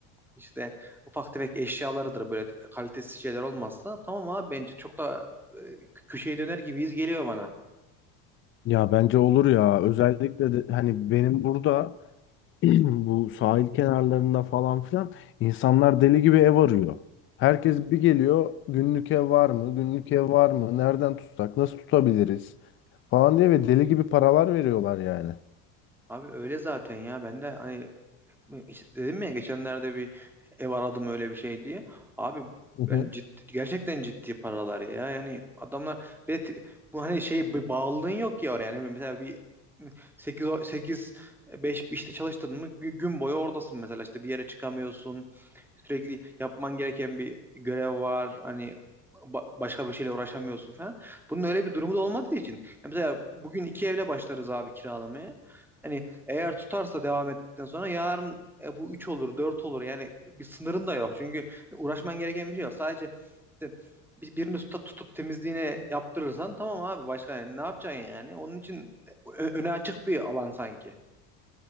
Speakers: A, in the centre; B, on the left.
A: işte ufak tefek eşyalarıdır böyle kalitesiz şeyler olmazsa tamam abi bence çok da e, köşeye döner gibiyiz geliyor bana.
B: Ya bence olur ya özellikle de hani benim burada <clears throat> bu sahil kenarlarında falan filan insanlar deli gibi ev arıyor. Herkes bir geliyor günlük ev var mı? Günlük ev var mı? Nereden tutsak? Nasıl tutabiliriz? Falan diye ve deli gibi paralar veriyorlar yani.
A: Abi öyle zaten ya ben de hani İşte dedim ya geçenlerde bir ev aradım öyle bir şey diye. Abi
B: Hı hı.
A: yani ciddi, gerçekten ciddi paralar ya. Yani adamlar bir de ti- bu hani şey bir bağlılığın yok ya oraya. Yani mesela bir sekiz sekiz e, 5 işte çalıştın mı gü- gün boyu oradasın mesela işte bir yere çıkamıyorsun. Sürekli yapman gereken bir görev var. Hani ba- başka bir şeyle uğraşamıyorsun falan. Bunun öyle bir durumu da olmadığı için. Ya Mesela bugün iki evle başlarız abi kiralamaya. Hani eğer tutarsa devam ettikten sonra yarın e, bu 3 olur 4 olur yani bir sınırın da yok. Çünkü uğraşman gereken bir şey yok. Sadece işte bir- birini tutup, tutup temizliğine yaptırırsan tamam abi başka yani ne yapacaksın yani? Onun için e, ö- öne açık bir alan sanki.